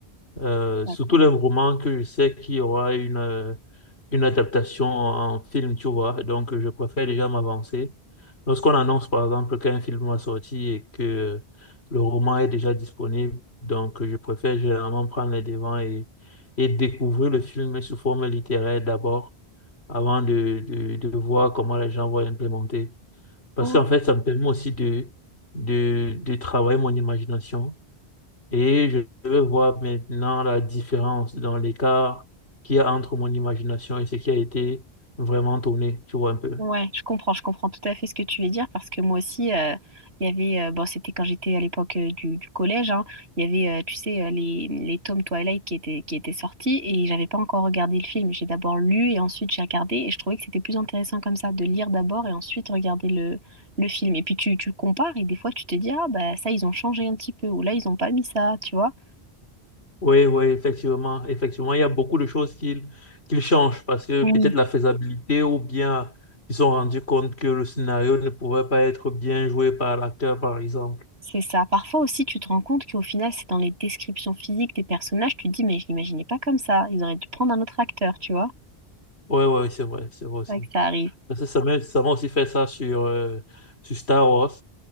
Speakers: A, on the left; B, on the right.
A: Euh,
B: D'accord.
A: surtout les romans que je sais qu'il y aura une, euh, une adaptation en film, tu vois. Donc, je préfère déjà m'avancer. Lorsqu'on annonce, par exemple, qu'un film va sortir et que euh, le roman est déjà disponible, donc euh, je préfère généralement prendre les devants et, et découvrir le film sous forme littéraire d'abord, avant de, de, de voir comment les gens vont implémenter. Parce
B: Oh,
A: qu'en fait, ça me permet aussi de, de, de travailler mon imagination et je veux voir maintenant la différence dans l'écart qu'il y a entre mon imagination et ce qui a été vraiment tourné, tu vois un peu.
B: ouais, je comprends, je comprends tout à fait ce que tu veux dire parce que moi aussi, euh, il y avait, euh, bon, c'était quand j'étais à l'époque euh, du, du collège, hein, il y avait, euh, tu sais, euh, les, les tomes Twilight qui étaient, qui étaient sortis et j'avais pas encore regardé le film. J'ai d'abord lu et ensuite j'ai regardé et je trouvais que c'était plus intéressant comme ça, de lire d'abord et ensuite regarder le, le film. Et puis tu, tu compares et des fois tu te dis, ah bah ça, ils ont changé un petit peu ou là, ils ont pas mis ça, tu vois.
A: Oui, oui, effectivement, effectivement, il y a beaucoup de choses qu'ils qu'ils changent parce que
B: Oui,
A: peut-être la faisabilité ou bien ils se sont rendus compte que le scénario ne pouvait pas être bien joué par l'acteur, par exemple.
B: C'est ça. Parfois aussi, tu te rends compte qu'au final, c'est dans les descriptions physiques des personnages, tu te dis, mais je l'imaginais pas comme ça. Ils auraient dû prendre un autre acteur, tu vois.
A: Oui, oui, oui, c'est vrai, c'est vrai aussi.
B: C'est vrai que ça arrive.
A: Parce que ça m'a ça m'a aussi fait ça sur, euh, sur Star Wars,